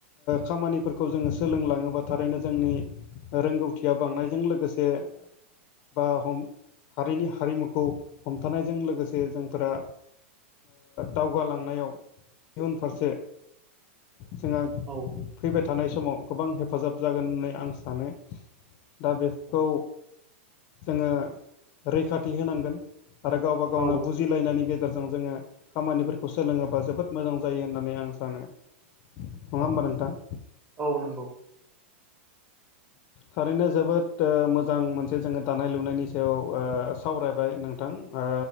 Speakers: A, on the left; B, on the right.
A: खामानिफोरखौ जोङो सोलोंलाङोबा थारैनो जोंनि रोंगौथिया बांनायजों लोगोसे बा हम हारिनि हारिमुखौ हमथानायजों लोगोसे जोंफोरा दावगालांनायाव इउन फारसे जोंहा
B: औ
A: फैबाय थानाय समाव गोबां हेफाजाब जागोन होननानै आं सानो दा बेफोरखौ
B: औ
A: जोङो रैखाथि होनांगोन आरो गावबा
B: औ
A: गावनो बुज बुजिलायनायनि गेजेरजों जोङो खामानिफोरखौ सोलोङोबा जोबोद मोजां जायो होननानै आं सानो। नङा
B: औ
A: होमबा नोंथां?
B: औ नंगौ
A: थारैनो जोबोद मोजां मोनसे जोङो दानाय लुनायनि सायाव ओ सावरायबाय नों थां ओ